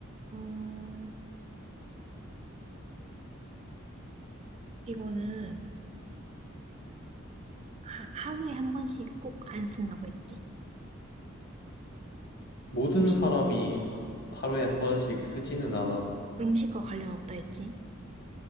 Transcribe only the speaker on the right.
음, 이거는, 하, 하루에 한 번씩 꼭 안 쓴다고 했지.
음식,
음식과 관련 없다 했지.